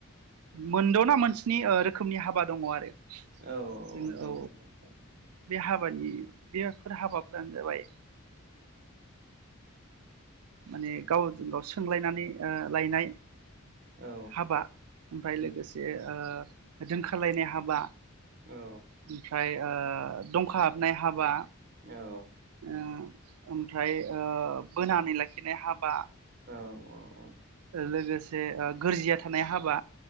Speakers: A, on the right; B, on the right.
A: मोनद'ना मोनसनि रोखोमनि हाबा दङ आरो
B: औ
A: जोङो
B: नोंथां
A: औ
B: दे औ
A: बे हाबानि बेफोर हाबाफोरानो जाबाय <inaudible> माने गावजों गाव सोंलायनानै
B: औ
A: हाबा ओमफ्राय
B: उम
A: ओ दोंनखारलायनाय हाबा
B: औ
A: ओमफ्राय दंखा हाबनाय हाबा
B: औ
A: <inaudible> ओमफ्राय बोनानै लाखि लाखिनाइ हाबा
B: औ औ औ
A: लोगोसे गोरजिया थ थानाय हाबा